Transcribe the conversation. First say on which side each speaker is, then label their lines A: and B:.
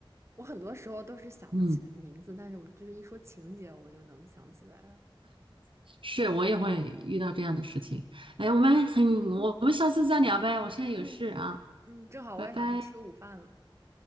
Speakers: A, on the right; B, on the right.
A: 我很多时候都是想不起来名字，
B: 嗯，
A: 但是我就是一说情节，我就能想起来了。
B: 是我也会遇到这样的事情。哎，
A: 嗯
B: 我们很，我们下次再聊呗，我现在有事啊，
A: 嗯，嗯，正好我也想去吃午饭了。
B: 拜拜。